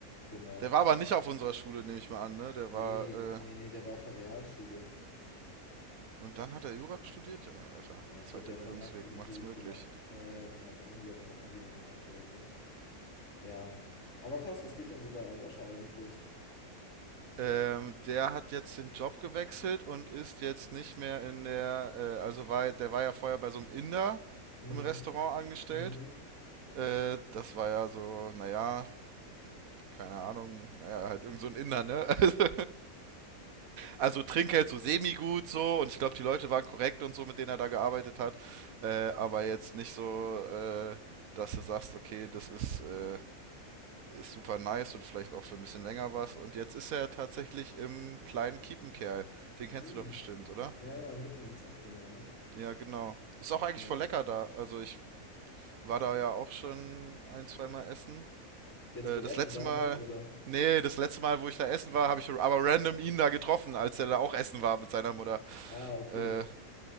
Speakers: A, on the left (about 60°); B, on the right (about 70°).
A: genau.
B: Der war aber nicht auf unserer Schule, nehme ich mal an, ne? Der
A: Nee,
B: war, äh,
A: nee, nee, der war auf der Realschule.
B: und dann hat er Jura studiert, Junge, Alter.
A: Ja, ich
B: Zweiter
A: glaube, der hat
B: Bildungsweg,
A: danach irgendwie,
B: macht's möglich.
A: genau, ja, ja, genau, irgendwie hat er noch Abi dann gemacht oder so. Ja. Aber krass, was geht denn so bei Aljoscha eigentlich?
B: Ähm, der hat jetzt den Job gewechselt und ist jetzt nicht mehr in der, äh, also war, der war ja vorher bei so einem Inder
A: Hm,
B: im Restaurant angestellt.
A: hm.
B: Äh, das war ja so, naja, keine Ahnung, naja, halt irgend so ein Inder, ne? <laughs> Also, Also Trinkgeld so semi-gut so und ich glaube, die Leute waren korrekt und so, mit denen er da gearbeitet hat. Äh, aber jetzt nicht so, äh, dass du sagst, okay, das ist, äh, ist super nice und vielleicht auch für ein bisschen länger was. Und jetzt ist er tatsächlich im kleinen Kiepenkerl. Den kennst
A: Hm.
B: du doch bestimmt,
A: <laughs>
B: oder?
A: Ja, ja, mitten im Zentrum, ja, ne?
B: Ja, genau. Ist auch eigentlich
A: Ja.
B: voll lecker da. Also ich war da ja auch schon ein, zweimal essen.
A: Jetzt,
B: Äh,
A: wo er
B: das
A: schon
B: letzte
A: da
B: Mal,
A: war, oder?
B: nee, das letzte Mal, wo ich da essen war, habe ich aber random ihn da getroffen, als er da auch essen war mit seiner Mutter.
A: Ah, okay.
B: Äh,